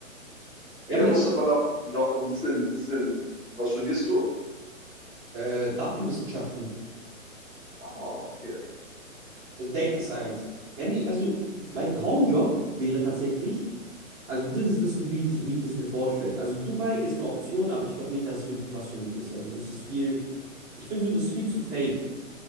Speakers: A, on the right; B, in the centre.
A: Ja,
B: Ey,
A: aber
B: da
A: deshalb,
B: musst du aber noch, noch ein bisschen, bisschen. Was studierst du?
A: Äh, Datenwissenschaften,
B: Aha, okay.
A: also Data Science. Ja, nee, also mein Traumjob wäre tatsächlich, also das ist das, so wie, ich das, wie ich das mir vorstelle. Also Dubai ist eine Option, aber ich glaube nicht, dass es wirklich was für mich ist. Also das ist viel, ich finde so, das ist viel zu fake,